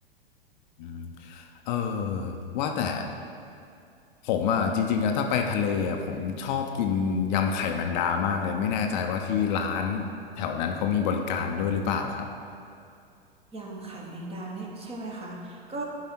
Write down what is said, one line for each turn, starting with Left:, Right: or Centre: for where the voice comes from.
Left: อืมเออว่าแต่ผมอ่ะจริงๆนะถ้าไปทะเลอ่ะผมชอบกินยำไข่แมงดามากเลยไม่แน่ใจว่าที่ร้านแถวนั้นเขามีบริการด้วยหรือเปล่าครับ
Right: ยำไข่แมงดาเนี่ยใช่ไหมคะก็